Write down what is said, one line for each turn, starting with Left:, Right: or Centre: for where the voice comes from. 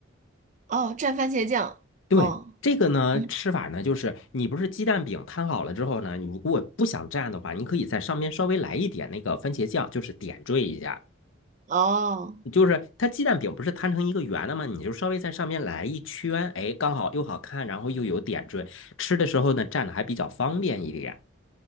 Right: 哦，蘸番茄酱。
Left: 对，
Right: 哦
Left: 这个呢，
Right: 嗯，
Left: 吃法呢，就是你不是鸡蛋饼摊好了之后呢，你如果不想蘸的话，你可以在上面稍微来一点那个番茄酱，就是点缀一下。
Right: 哦，
Left: 就是它鸡蛋饼不是摊成一个圆的吗？你就稍微在上面来一圈，哎，刚好又好看，然后又有点缀，吃的时候呢蘸着还比较方便一点。